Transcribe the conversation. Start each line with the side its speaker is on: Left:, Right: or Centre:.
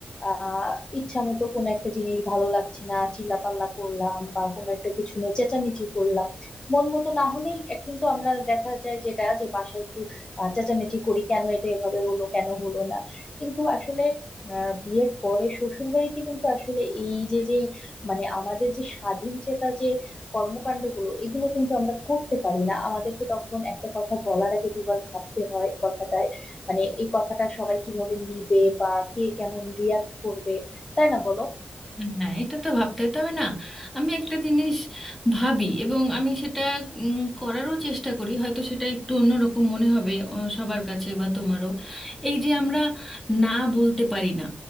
Left: আহ ইচ্ছা মতো কোনো একটা জিনিস ভালো লাগছে না চিল্লাপাল্লা করলাম বা কোনো একটা কিছু নিয়ে চেঁচামেচি করলাম মন মতো না হলেই এক- কিন্তু আমরা দেখা যায় যেটা যে বাসায় একটু আহ, চেঁচামেচি করি কেন এটা এভাবে হলো কেন হলো না কিন্তু আসলে আহ, বিয়ের পরে শ্বশুর বাড়িতে কিন্তু আসলে এই যে যে মানে আমাদের যে স্বাধীন চেতা যে কর্মকাণ্ডগুলো এগুলো কিন্তু আমরা করতে পারি না আমাদেরকে তখন একটা কথা বলার আগে দুবার ভাবতে হয় কথাটায় মানে এই কথাটা সবাই কিভাবে নিবে বা কে কেমন রিয়াক্ট করবে তাই না বলো
Centre: হ্যাঁ এটা তো ভাবতে হয়। তবে না আমি একটা জিনিস ভাবি এবং আমি সেটা উম, করারও চেষ্টা করি হয়তো সেটা একটু অন্যরকম মনে হবে ও, সবার কাছে বা তোমারও এই যে আমরা না বলতে পারি না